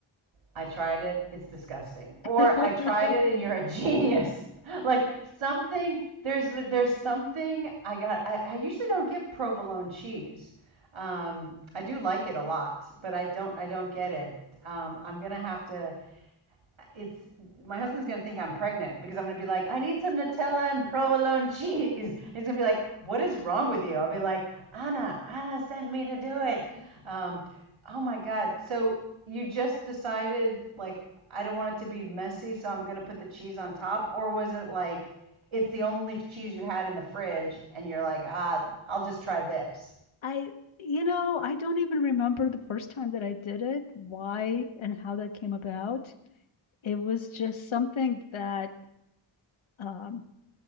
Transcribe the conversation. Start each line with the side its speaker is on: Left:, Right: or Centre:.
Right: I tried it, it's disgusting.
Left: <laughs>
Right: Or I tried it and you're a genius. <laughs> Like something, there's there's something I got. I, I usually don't get provolone cheese. Um, I do like it a lot, but I don't I don't get it. Um, I'm gonna have to it's my husband's gonna think I'm pregnant because I'm gonna be like, I need some Nutella and provolone <laughs> cheese. And He's gonna be like, What is wrong with you? I'll be like, Anna, Anna sent me to do it. Um, oh my God. So you just decided like I don't want it to be messy, so I'm gonna put the cheese on top, or was it like it's the only cheese you had in the fridge and you're like, ah, I'll just try this.
Left: I you know, I don't even remember the first time that I did it, why and how that came about. It was just something that um